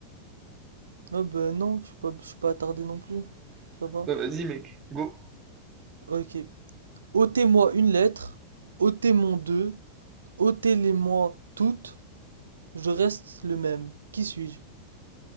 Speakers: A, on the right (about 70°); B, on the right (about 25°).
A: Oh ben non, je suis pas, je suis pas attardé non plus. Ça va?
B: Bah vas-y mec, go.
A: Ok. Ôtez-moi une lettre, ôtez moi deux, ôtez-les-moi toutes, je reste le même. Qui suis-je?